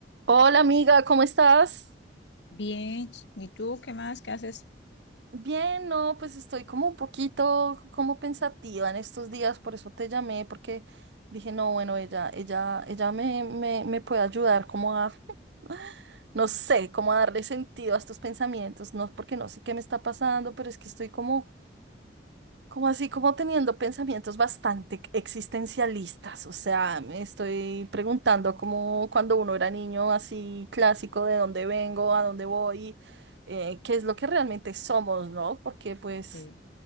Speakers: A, on the right; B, on the left.
A: Hola amiga, ¿cómo estás?
B: Bien, ¿y tú qué más? ¿Qué haces?
A: Bien, no, pues estoy como un poquito como pensativa en estos días, por eso te llamé, porque dije, no, bueno, ella, ella, ella me, me, me puede ayudar como a, <laughs> no sé, como a darle sentido a estos pensamientos, no, porque no sé qué me está pasando, pero es que estoy como Como así, como teniendo pensamientos bastante existencialistas, o sea, me estoy preguntando como cuando uno era niño, así clásico, de dónde vengo, a dónde voy, eh, qué es lo que realmente somos, ¿no? Porque pues,
B: Sí.